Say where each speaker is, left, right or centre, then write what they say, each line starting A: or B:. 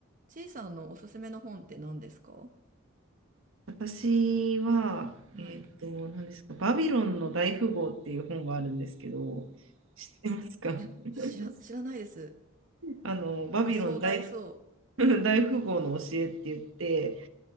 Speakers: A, on the right; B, on the right.
A: ちいさんのおすすめの本って何ですか
B: 私は、
A: はい。
B: えっと、
A: い
B: 何ですか、バビロンの大富豪っていう本があるんですけど、知ってますか
A: や、
B: <laughs>
A: 知ら、知らないです。
B: あの、バビロン大、
A: なんか壮大そう。
B: <laughs> 大富豪の教えって言って、